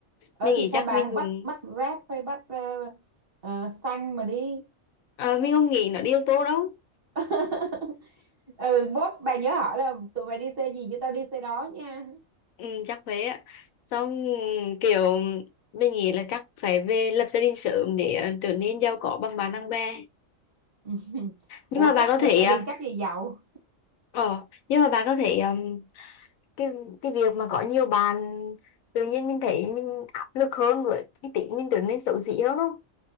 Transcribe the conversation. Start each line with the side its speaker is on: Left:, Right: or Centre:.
Right: ờ
Left: mình
Right: thì
Left: nghĩ
Right: sao
Left: chắc
Right: bà
Left: mình
Right: không
Left: cũng
Right: bắt bắt Grab hay bắt ờ, ờ, xanh mà đi
Left: Ờ, mình không nghĩ nó đi yếu tố đâu
Right: <laughs> ừ bốt bà nhớ hỏi là tụi mày đi xe gì cho tao đi xe đó nha
Left: ừ, chắc thế ạ xong kiểu mình nghĩ là chắc phải về lập gia đình sớm để ờ, trở nên giàu có bằng bạn bằng bè
Right: <laughs>
Left: nhưng
Right: ủa
Left: mà bạn
Right: chắc
Left: có
Right: lập
Left: thể
Right: gia đình
Left: ờ
Right: chắc gì giàu
Left: ờ, nhưng mà bạn có thể ừm, cái cái việc mà có nhiều bạn tự nhiên mình thấy mình áp lực hơn với cái tính mình trở nên xấu xí hơn không